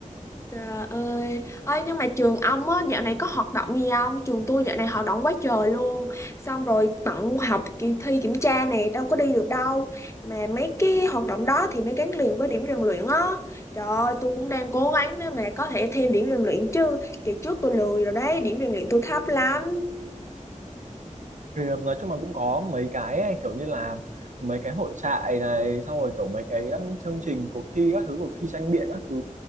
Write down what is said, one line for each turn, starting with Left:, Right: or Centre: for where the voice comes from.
Left: Trời ơi, ơi nhưng mà trường ông á dạo này có hoạt động gì không? Trường tôi dạo này hoạt động quá trời luôn. Xong rồi bận học kỳ thi kiểm tra này đâu có đi được đâu. Mà mấy cái hoạt động đó thì nó gắn liền với điểm rèn luyện á. Trời ơi, tôi cũng đang cố gắng để mà có thể thêm điểm rèn luyện chứ. Kỳ trước tôi lười rồi đấy, điểm rèn luyện tôi thấp lắm.
Right: thì um, nói chung là cũng có mấy cái ấy, kiểu như là mấy cái hội trại này xong rồi kiểu mấy cái um, chương trình cuộc thi các thứ cuộc thi tranh biện các thứ